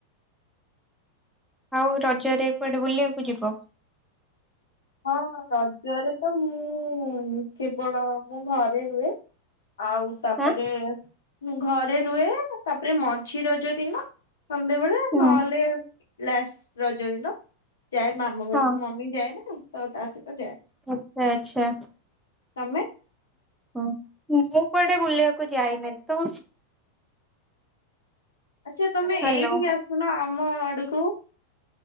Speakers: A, in the centre; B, on the left (about 65°).
A: ଆଉ ରଜରେ କୁଆଡେ ବୁଲିବାକୁ ଯିବ?
B: ହଁ ରଜରେ ତ ମୁଁ କେବଳ ମୁଁ ଘରେ ରୁହେ। ଆଉ ତାପରେ
A: ଆଁ?
B: ଘରେ ରୁହେ, ତାପରେ ମଝି ରଜ ଦିନ ସନ୍ଧ୍ୟାବେଳେ
A: ହୁଁ।
B: ନହେଲେ ଲାଷ୍ଟ ରଜ ଦିନ ଯାଏ ମାମୁ ଘରକୁ,
A: ହଁ
B: ମ ମୁଁ ଯାଏ ନା, ତ ତା ସହିତ ଯାଏ।
A: ଆଛା ଆଛା।
B: ତମେ
A: ଓ ମୁଁ କୁଆଡେ ବୁଲିବାକୁ ଯାଏନି, ତ
B: ଆଛା ତମେ
A: ହ୍ୟାଲୋ।
B: ଏଇଠିକି ଆସୁନ, ଆମ ଆଡକୁ।